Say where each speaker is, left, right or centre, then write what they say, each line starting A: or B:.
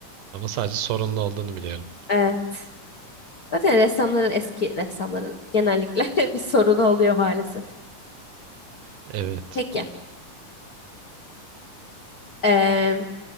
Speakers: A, on the right (about 75°); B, on the left (about 45°).
A: Ama sadece sorunlu olduğunu biliyorum.
B: Evet. Zaten ressamların eski ressamların genellikle <laughs> bir sorunu oluyor maalesef.
A: Evet.
B: Peki. eee,